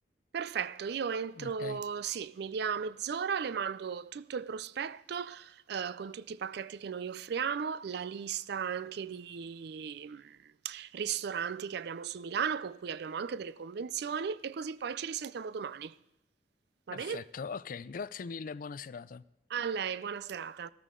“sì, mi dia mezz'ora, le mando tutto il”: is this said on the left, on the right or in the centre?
Right